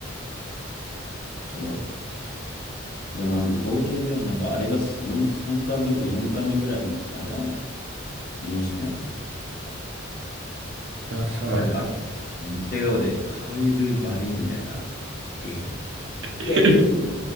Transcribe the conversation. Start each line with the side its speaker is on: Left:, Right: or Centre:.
Left: そう。でもなんか合計ではなんかあれが4、3回目とか4回目ぐらいのあれなの。面識なの。
Right: あ、そう。
Left: でなんかあめっちゃ笑顔で、How you doing, buddy? みたいな。え、い
Right: <laughs>
Left: やいやいや。